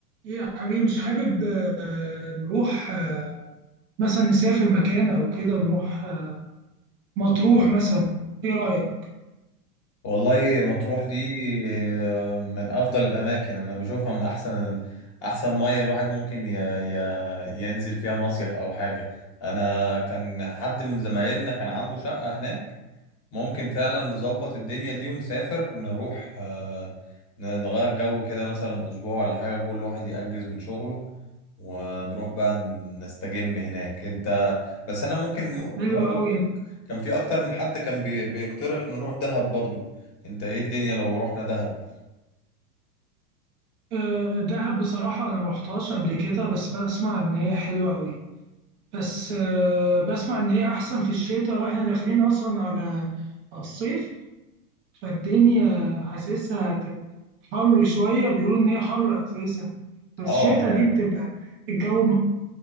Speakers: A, on the right; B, on the left.
A: ايه يا حبيبي مش حابب آه، نروح آه، مثلا نسافر مكان او كده نروح آه، مطروح مثلا ايه رأيك
B: والله مطروح دي آه، من افضل الاماكن انا بشوفها من احسن احسن ميه الواحد ممكن ي... ي... ينزل فيها مصيف او حاجه انا كان حد من زمايلنا كان عنده شقه هناك ممكن فعلا نظبط الدنيا دي ونسافر نروح آه، ن- نغير جو كده مثلا اسبوع ولا حاجه كل واحد يأجز من شغله ونروح بقى نستجم هناك انت بس انا ممكن م-
A: حلوة
B: برضه
A: قوي
B: كان في اكتر من حد كان بي... بيقترح نروح دهب برضو انت ايه الدنيا لو رحنا دهب
A: آه، دهب بصراحة انا ما رحتهاش قبل كده بس بسمع ان هي حلوة قوي بس آه، بسمع ان هي احسن في الشتاء واحنا داخلين اصلا على على الصيف فالدنيا حاسسها هتبقى حر شوية بيقولوا ان هي حر اساسا بس
B: اه
A: الشتاء
B: هي
A: دي بتبقى الجو